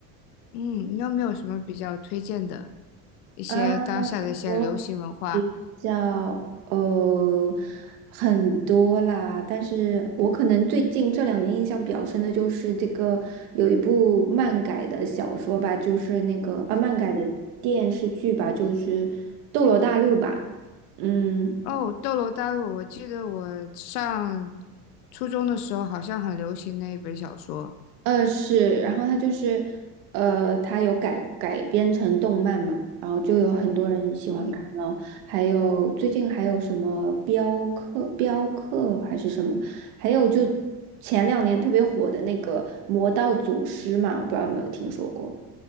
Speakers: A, on the left (about 85°); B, on the right (about 75°).
A: 嗯，你有没有什么比较推荐的一些当下的一些流行文化？
B: 嗯，我叫呃很多啦，但是我可能最近这两年印象比较深的就是这个有一部漫改的小说吧，就是那个啊漫改的电视剧吧，就是《斗罗大陆》吧，嗯，
A: 哦，《斗罗大陆》，我记得我上初中的时候好像很流行那一本小说。
B: 呃，是，然后它就是，呃，它有改改编成动漫嘛，然后就有很多人喜欢看咯。
A: 嗯，
B: 还有最近还有什么镖客、镖客还是什么，还有就前两年特别火的那个《魔道祖师》嘛，我不知道有没有听说过。